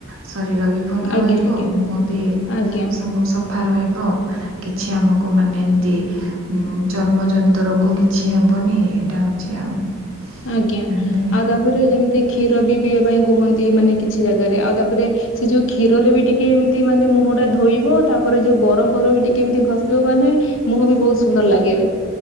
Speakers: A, on the right (about 70°); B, on the left (about 65°).
A: ଶରୀର ବି ଭଲ
B: ଆଜ୍ଞା
A: ରହିବ
B: ଆଜ୍ଞା
A: ମୁହଁ ବି
B: ଆଜ୍ଞା
A: ସବୁ ସ ସଫା ରହିବ କିଛି ଆମକୁ ମାନେ ଏମିତି ଚର୍ମଜନିତ ରୋଗ କିଛି ହେବନି ଏଇଟା ହେଉଛି ଆଉ।
B: ଆଜ୍ଞା
A: ନହେଲେ
B: ଆଉ ତାପରେ ଯେମିତି କ୍ଷୀର ବି ପିଇବା ପାଇଁ କୁହନ୍ତି ମାନେ କିଛି ଜାଗାରେ ଆଉ ତାପରେ ସେ ଯୋଉ କ୍ଷୀରରେ ବି ଟିକେ ଏମିତି ମାନେ ମୁହଁ ଟା ଧୋଇବ ତାପରେ ରେ ଯୋଉ ବରଫର ବି ଟିକେ ଏମିତି ଘଷିବ ମାନେ ମୁହଁ ବି ବହୁତ ସୁନ୍ଦର ଲାଗେ